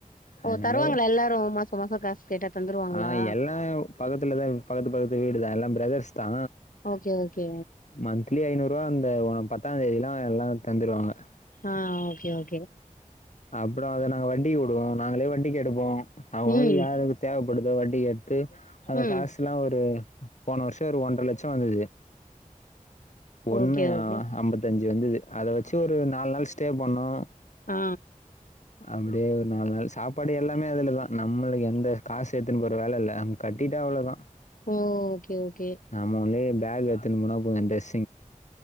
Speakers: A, on the left; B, on the left.
A: அதனால
B: ஓ தருவாங்களா எல்லாரு மாச மாசோ காசு கேட்டா தந்துருவாங்களா
A: ஆ எல்லா பக்கத்துலதா பக்கத்து பக்கத்து வீடுதா எல்லா பிரதர்ஸ் தா
B: ஓகே ஓகே
A: மந்த்லி ஐநூறு ரூபா இந்த ஒ பத்தா தேதில்லா எல்லா தந்துருவாங்க
B: ஆஹ் ஓகே ஓகே
A: அப்புறோ அத நாங்க வட்டிக்கு வுடுவோ நாங்களே வட்டிக்கு எடுப்போ அவங்கவுங்ளுக்கு
B: ம்
A: யாரு தேவப்படுதோ வட்டி கட்டி அந்த
B: ம்
A: காசுல்லா ஒரு போன வர்ஷோ ஒரு ஒன்ற லட்சோ வந்தது ஒண்ணு
B: ஓகே ஓகே
A: ஆ ஐம்பத்தஞ்சு வந்தது அத வச்சு ஒரு நால் நாள் ஸ்டே பண்ணோ
B: ஆ
A: அப்டியே ஒரு நால் நாள் சாப்பாடு எல்லாமே அதுலதா நம்ளுக்கு எந்த காசு எத்துனு போற வேல இல்ல அங் கட்டிட்டா அவ்ள தா
B: ஓ ஓகே ஓகே
A: நம்ம ஒன்லி பேக் எட்த்துனு போனா போது ட்ரெஸ்